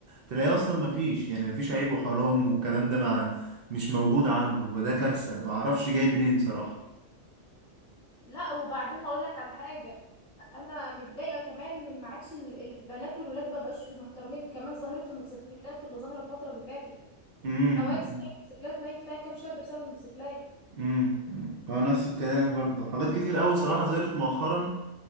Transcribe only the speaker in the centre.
لا وبعدين هقولك على حاجة انا متضايقة كمان من ما عادش ال- البنات والولاد ما بقوش محترمين كمان ظاهرة الموتوسيكلات اللي ظهرت الفترة اللي فاتت
حوادث بتاعت الموتوسيكلات ميت فيها كام شاب بسبب الموتوسيكلات